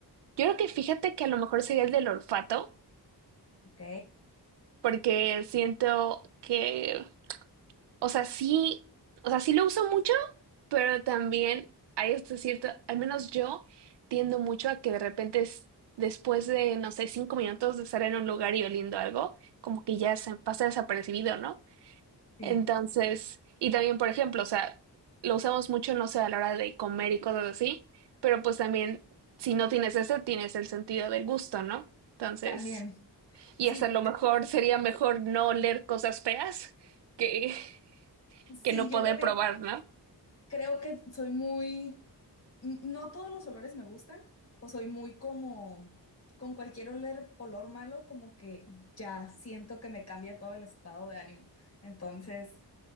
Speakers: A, on the right (about 80°); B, on the left (about 40°).
A: Yo creo que fíjate que a lo mejor sería el del olfato,
B: Ok,
A: porque siento que, o sea, sí, o sea, sí lo uso mucho, pero también hay este cierto, al menos yo tiendo mucho a que de repente es- después de, no sé, cinco minutos de estar en un lugar y oliendo algo, como que ya se pasa desapercibido, ¿no?
B: sí,
A: Entonces, y también, por ejemplo, o sea, lo usamos mucho, no sé, a la hora de comer y cosas así, pero pues también, si no tienes ese, tienes el sentido del gusto, ¿no? Entonces,
B: también. Sí,
A: y hasta a lo mejor sería mejor no oler cosas feas que, <laughs>
B: sí,
A: que no
B: yo
A: poder
B: también
A: probar, ¿no?
B: creo que soy muy... n- No todos los olores me gustan, o soy muy como... Con cualquier olor, olor malo, como que ya siento que me cambia todo el estado de ánimo. Entonces...